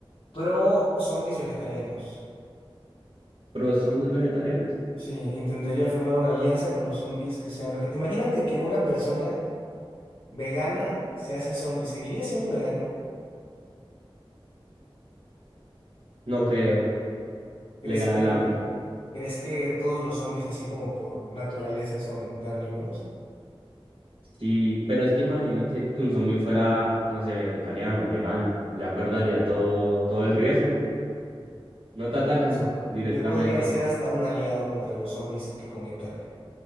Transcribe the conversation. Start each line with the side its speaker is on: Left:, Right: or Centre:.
Left: pro zombies vegetarianos.
Right: ¿Pero zombies vegetarianos?
Left: Sí, intentaría formar una alianza con los zombies que sean vegetarianos. Imagínate que una persona vegana se hace zombie. ¿Seguiría siendo vegana?
Right: No creo.
Left: ¿Crees
Right: Le gana
Left: que...?
Right: el hambre.
Left: ¿Crees que todos los zombies, así como por naturaleza, son carnívoros?
Right: Sí, pero es que imagínate que un zombie fuera, no sé, vegetariano o vegano. Ya perdería todo, todo el riesgo. No te atacan
Left: Por Eso.
Right: directamente.
Left: Yo podría ser hasta un aliado contra los zombies que comen carne.